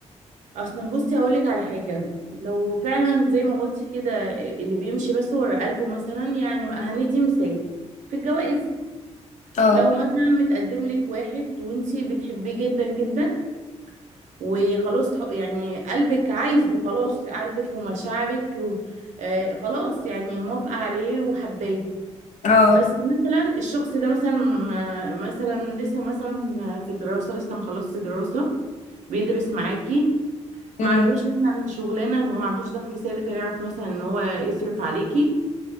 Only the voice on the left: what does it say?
اه
اه
مم.